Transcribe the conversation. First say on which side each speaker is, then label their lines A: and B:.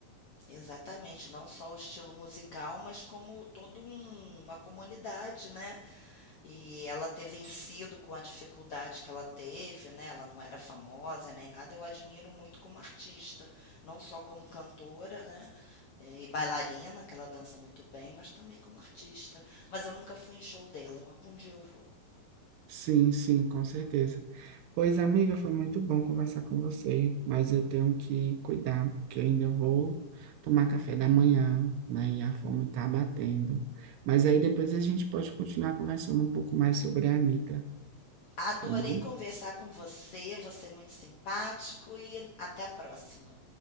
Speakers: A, on the left; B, on the right.
A: Exatamente, não só o estilo musical, mas como toda uma comunidade, né? E ela ter vencido com a dificuldade que ela teve, né? Ela não era famosa nem nada. Eu admiro muito como artista, não só como cantora, né? eh, E bailarina, que ela dança muito bem, mas também como artista. Mas eu nunca fui em show dela. Algum dia eu vou.
B: Sim, sim, com certeza. Pois, amiga, foi muito bom conversar com você, mas eu tenho que cuidar, porque eu ainda vou tomar café da manhã, né? E a fome tá batendo. Mas aí depois a gente pode continuar conversando um pouco mais sobre a Anitta,
A: Adorei
B: tá bom?
A: conversar com você, você é muito simpático e até a próxima.